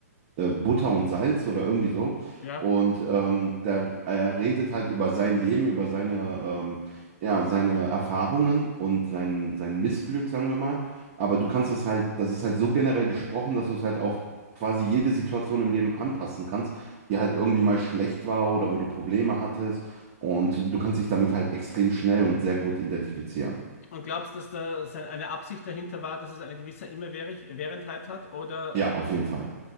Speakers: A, on the right; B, on the left.
A: äh, Butter und Salz oder irgendwie so.
B: Ja,
A: Und ähm, der, er redet halt über sein Leben, über seine, ähm, ja, seine Erfahrungen und sein, sein Missglück, sagen wir mal. Aber du kannst es halt, das ist halt so generell gesprochen, dass du es halt auf quasi jede Situation im Leben anpassen kannst, die halt irgendwie mal schlecht war oder wo du Probleme hattest. Und du kannst dich damit halt extrem schnell und sehr gut identifizieren.
B: und glaubst, du, dass da sein- eine Absicht dahinter war, dass es eine gewisse Immerwährendheit hat oder
A: Ja,
B: dass
A: auf
B: es,
A: jeden Fall.